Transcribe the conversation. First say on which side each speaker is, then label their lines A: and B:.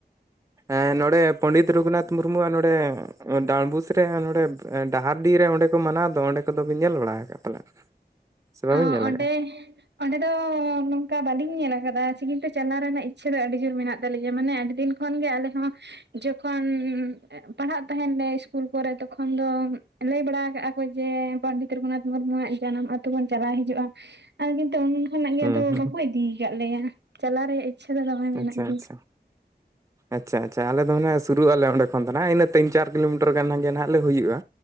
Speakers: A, on the right; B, on the right.
A: ᱮᱸ ᱱᱚᱸᱲᱮ ᱯᱚᱸᱰᱤᱛ ᱨᱚᱜᱷᱩᱱᱟᱛᱷ ᱢᱩᱨᱢᱩᱣᱟᱜ ᱱᱚᱸᱲᱮ ᱰᱟᱸᱰᱵᱩᱥ ᱨᱮ ᱦᱟᱸᱜ ᱱᱚᱸᱲᱮ ᱰᱟᱦᱟᱨᱰᱤᱦ ᱚᱸᱰᱮ ᱠᱚ ᱢᱟᱱᱟᱣ ᱫᱚ ᱚᱸᱰᱮ ᱠᱚᱫᱚ ᱵᱤᱱ ᱧᱮᱞ ᱵᱟᱲᱟ ᱟᱠᱟᱫ ᱯᱟᱞᱮ ᱥᱮ ᱵᱟᱹᱵᱤᱱ
B: ᱚ
A: ᱧᱮᱞ ᱟᱠᱟᱫᱼᱟ᱾
B: <unintelligible> ᱚᱸᱰᱮ ᱫᱚ ᱱᱚᱝᱠᱟ ᱵᱟᱹᱞᱤᱧ ᱧᱮᱞ ᱟᱠᱟᱫᱟ ᱪᱤᱠᱤᱱᱛᱮ ᱪᱟᱞᱟᱣ ᱨᱮᱱᱟᱜ ᱤᱪᱪᱷᱟᱹ ᱫᱚ ᱟᱹᱰᱤ ᱡᱳᱨ ᱢᱮᱱᱟᱜ ᱛᱟᱹᱞᱤᱧᱟ ᱢᱟᱱᱮ ᱟᱹᱰᱤ ᱫᱤᱱ ᱛᱚᱠᱷᱚᱱ ᱜᱮ ᱟᱞᱮ ᱦᱚᱸ ᱡᱚᱠᱷᱚᱱ ᱯᱟᱲᱦᱟᱜ ᱛᱟᱦᱮᱱ ᱞᱮ ᱤᱥᱠᱩᱞ ᱠᱚᱨᱮ ᱛᱚᱠᱷᱚᱱ ᱫᱚ ᱞᱟᱹᱭ ᱵᱟᱲᱟ ᱠᱟᱜᱼᱟ ᱠᱚ ᱡᱮ ᱯᱚᱸᱰᱤᱛ ᱨᱚᱜᱷᱩᱱᱟᱛᱷ ᱢᱩᱨᱢᱩ ᱣᱟᱜ ᱡᱟᱱᱟᱢ ᱟᱛᱳ ᱵᱚᱱ ᱪᱟᱞᱟᱣ ᱦᱤᱡᱩᱜᱼᱟ ᱟᱨ ᱠᱤᱱᱛᱩ ᱩᱱ ᱠᱷᱚᱱᱟᱜ ᱜᱮ
A: ᱦᱩᱸ
B: ᱟᱫᱚ
A: ᱦᱩᱸ
B: ᱵᱟᱠᱚ ᱤᱫᱤ ᱠᱟᱜ ᱞᱮᱭᱟ ᱪᱟᱞᱟᱣ ᱨᱮᱭᱟᱜ ᱤᱪᱪᱷᱟᱹ ᱫᱚ ᱫᱚᱢᱮ ᱢᱮᱱᱟᱜ
A: ᱟᱪᱪᱷᱟ
B: ᱜᱮᱭᱟ
A: ᱟᱪᱪᱷᱟ ᱟᱪᱪᱷᱟ ᱟᱪᱪᱷᱟ ᱟᱞᱮ ᱫᱚ ᱦᱟᱸᱜ ᱥᱩᱨᱩᱜ ᱟᱞᱮ ᱚᱸᱰᱮ ᱠᱷᱚᱱ ᱫᱚ ᱱᱷᱟᱜ ᱤᱱᱟᱹ ᱛᱤᱱ ᱪᱟᱨ ᱠᱤᱞᱳᱢᱤᱴᱟᱨ ᱜᱟᱱ ᱜᱮ ᱱᱟᱦᱟᱜ ᱞᱮ ᱦᱩᱭᱩᱜᱼᱟ᱾